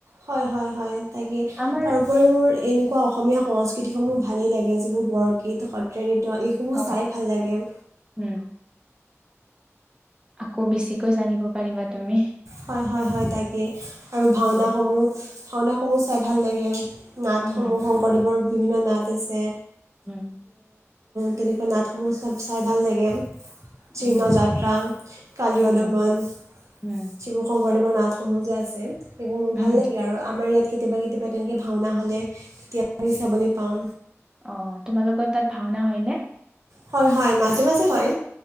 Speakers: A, on the right; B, on the right.
A: হয়-হয়-হয় তাকে
B: আমাৰ
A: তাৰোপৰি মোৰ এনেকুৱা অসমীয়া সংস্কৃতিসমূহ ভালে লাগে যিবোৰ বৰগীত সত্ৰীয়া নৃত্য এইসমূহ
B: হয়
A: চাই ভাল লাগে
B: উম, আকৌ বেছিকৈ জানিব পাৰিবা তুমি
A: হয়-হয়-হয় তাকে আৰু ভাওনাসমূহ
B: উম,
A: ভাওনাসমূহ চাই ভাল লাগে নাটসমূহ
B: উম,
A: শংকৰদেৱৰ বিভিন্ন নাট আছে
B: উম,
A: তেনেকুৱা নাটসমূহ চাই ভাল লাগে। চিহ্নযাত্ৰা,
B: উম,
A: কালীয়া
B: উম,
A: দমন
B: উম,
A: যিবোৰ শংকৰদেৱৰ নাটসমূহ যে আছে সেইসমূহ
B: উম।
A: ভাল লাগে আৰু আমাৰ ইয়াত কেতিয়াবা-কেতিয়াবা তেনেকৈ ভাওনা হ'লে তেতিয়া আমি চাবলৈ পাওঁ।
B: অ তোমালোকৰ তাত ভাওনা হয় নে?
A: হয়-হয় মাজে-মাজে হয়।